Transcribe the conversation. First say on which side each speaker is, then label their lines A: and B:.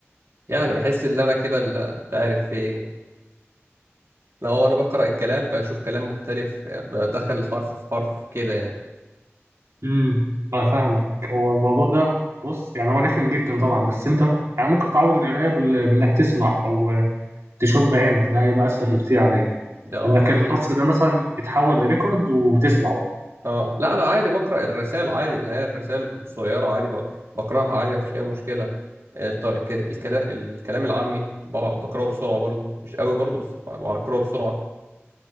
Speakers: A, on the right; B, on the right.
A: يعني بحس ان انا كده ال- مش عارف في ايه لو انا بقرا الكلام بشوف كلام مختلف بدخل حرف في حرف كده يعني
B: امم انا فاهمك هو الموضوع ده بص يعني هو رخم جدا طبعا بس انت يعني ممكن تعوض القراية بال- بانك تسمع او تشوف بعينك ده هيبقى اسهل
A: امم
B: بكتير عليك
A: ده اه
B: انك
A: حقيقي
B: النص ده مثلا يتحول لريكورد وتسمعه
A: اه لا انا عادي بقرا الرسائل عادي اللي هي الرسائل القصيره عادي ب- بقراها عادي مفيش اي مشكله الطر- الك- الكدا- الكلام العامي بق- بقراه بسرعه برضو مش قوي برضو بس ب- بقراه بسرعه